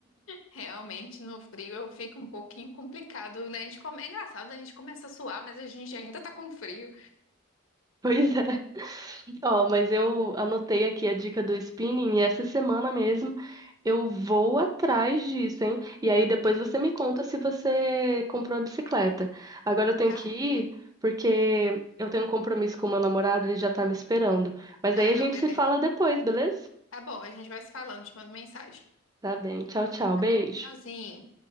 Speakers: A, on the left; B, on the right.
A: Realmente, no frio eu fico um pouquinho complicado, né? A gente come... É engraçado, a gente começa a suar, mas a gente ainda tá com frio.
B: Pois é. Ó, mas eu anotei aqui a dica do spinning e essa semana mesmo eu vou atrás disso, hein? E aí depois você
A: Não sei.
B: me conta se você comprou a bicicleta. Agora eu tenho
A: Tá?
B: que ir porque eu tenho um compromisso com o meu namorado, ele já tá me esperando. Mas
A: Ah,
B: aí a
A: não,
B: gente
A: beleza.
B: se fala depois, beleza?
A: Tá bom, a gente vai se falando, te mando mensagem.
B: Tá bem. Tchau, tchau.
A: Tá
B: Beijo.
A: bom? Tchauzinho.